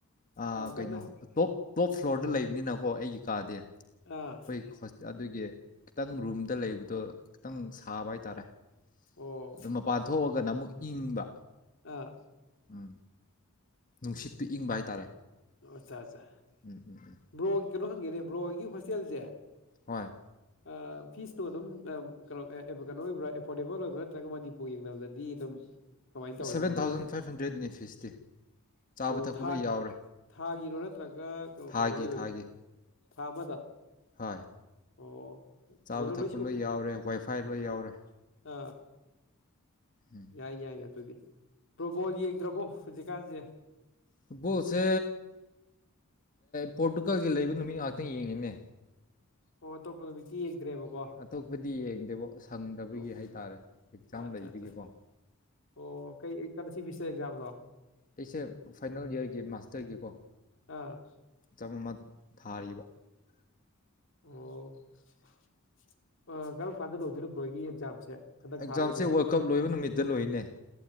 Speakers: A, on the left (about 40°); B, on the left (about 60°).
A: ꯑ
B: ꯌꯥꯝ
A: ꯀꯩꯅꯣ
B: ꯀꯟꯅ
A: ꯇꯣꯞ ꯇꯣꯞ ꯐ꯭ꯂꯣꯔꯗ ꯂꯩꯕꯅꯤꯅꯀꯣ ꯑꯩꯒꯤ ꯀꯥꯗꯤ
B: ꯑꯥ
A: ꯑꯩꯈꯣꯏ ꯑꯗꯨꯒꯤ ꯈꯤꯇꯪ ꯔꯨꯝꯗ ꯂꯩꯕꯗꯣ ꯈꯤꯇꯪ ꯁꯥꯕ ꯍꯥꯏꯇꯥꯔꯦ
B: ꯑꯣ
A: ꯑꯗꯨ ꯃꯄꯥꯟ ꯊꯣꯛꯑꯒꯅ ꯑꯃꯨꯛ ꯏꯪꯕ
B: ꯑꯥ
A: ꯎꯝ ꯅꯨꯡꯁꯤꯠꯇꯨ ꯏꯪꯕ ꯍꯥꯏꯇꯥꯔꯦ
B: ꯑꯣ ꯑꯠꯆꯥ ꯑꯠꯆꯥ
A: ꯎꯝ ꯎꯝ ꯎꯝ
B: ꯕ꯭ꯔꯣꯒꯤ ꯀꯩꯅꯣ ꯍꯪꯒꯦꯅꯦ ꯕ꯭ꯔꯣꯍꯣꯏꯒꯤ ꯍꯣꯁꯇꯦꯜꯁꯦ
A: ꯍꯣꯏ
B: ꯑꯥ ꯐꯤꯁꯇꯣ ꯑꯗꯨꯝ ꯀꯩꯅꯣ ꯀꯩꯅꯣ ꯑꯣꯏꯕ꯭ꯔꯥ ꯑꯦꯐꯣꯔꯗꯦꯕꯜ ꯑꯣꯏꯕ꯭ꯔꯥ ꯅꯠꯇ꯭ꯔꯒ ꯃꯅꯤ ꯌꯦꯡꯅꯕꯗꯗꯤ ꯑꯗꯨꯝ ꯀꯃꯥꯏꯅ ꯇꯧꯋꯤ
A: ꯁꯕꯦꯟ
B: ꯃꯃꯜꯁꯦ
A: ꯊꯥꯎꯖꯟ ꯐꯥꯏꯚ ꯍꯟꯗ꯭ꯔꯦꯠꯅꯤ ꯐꯤꯁꯇꯤ ꯆꯥꯕ
B: ꯑꯣ
A: ꯊꯛꯄ
B: ꯊꯥ
A: ꯂꯣꯏ ꯌꯥꯎꯔꯦ
B: ꯊꯥꯒꯤꯔꯣ ꯅꯠꯇ꯭ꯔꯒ ꯀꯩꯅꯣ
A: ꯊꯥꯒꯤ
B: ꯂꯩꯕꯗ
A: ꯊꯥꯒꯤ
B: ꯊꯥ ꯑꯃꯗ
A: ꯍꯣꯏ
B: ꯑꯣ
A: ꯆꯥꯕ
B: ꯑꯗꯨꯗ
A: ꯊꯛꯄ
B: ꯁꯨ
A: ꯂꯣꯏ ꯌꯥꯎꯔꯦ ꯋꯥꯏꯐꯥꯏ ꯂꯣꯏ ꯌꯥꯎꯔꯦ
B: ꯑꯥ
A: ꯎꯝ
B: ꯌꯥꯏ ꯌꯥꯏ ꯑꯗꯨꯗꯤ ꯐꯨꯠꯕꯣꯜ ꯌꯦꯡꯗ꯭ꯔꯕꯣ ꯍꯧꯖꯤꯛꯀꯥꯟꯁꯦ
A: ꯐꯨꯠꯕꯣꯜꯁꯦ ꯄꯣꯔꯇꯨꯒꯜꯒꯤ ꯂꯩꯕ ꯅꯨꯃꯤꯠ ꯉꯥꯛꯇ ꯌꯦꯡꯉꯤꯅꯦ
B: ꯑꯣ ꯑꯇꯣꯞꯄ ꯅꯨꯃꯤꯠꯇꯤ ꯌꯦꯡꯗ꯭ꯔꯦꯕꯀꯣ
A: ꯑꯇꯣꯞꯄꯗꯤ ꯌꯦꯡꯗꯦꯕꯣ ꯁꯪꯗꯕꯒꯤ
B: ꯑꯣ
A: ꯍꯥꯏꯇꯥꯔꯦ ꯑꯦꯛꯖꯥꯝ
B: ꯑꯠꯆꯥ
A: ꯂꯩꯕꯒꯤꯀꯣ
B: ꯑꯠꯆꯥ ꯑꯣ ꯀꯩ ꯀꯩ ꯁꯦꯃꯤꯁꯇꯔ ꯑꯦꯛꯖꯥꯝꯂꯣ
A: ꯑꯩꯁꯦ ꯐꯥꯏꯅꯦꯜ ꯏꯌꯥꯔꯒꯤ ꯃꯥꯁꯇꯔꯒꯤꯀꯣ
B: ꯑꯥ
A: ꯆꯝꯅ ꯊꯥꯔꯤꯌꯦꯕ
B: ꯑꯣ ꯀꯔꯝ ꯀꯥꯟꯗ ꯂꯣꯏꯗꯣꯏꯅꯣ ꯕ꯭ꯔꯣꯍꯣꯏꯒꯤ ꯑꯦꯛꯖꯥꯝꯁꯦ ꯍꯟꯗꯛ
A: ꯑꯦꯛꯖꯥꯝꯁꯦ
B: ꯊꯥ ꯂꯣꯏꯗꯣꯏꯔꯥ
A: ꯋꯥꯔꯜ ꯀꯞ ꯂꯣꯏꯕ ꯅꯨꯃꯤꯠꯇ ꯂꯣꯏꯅꯦ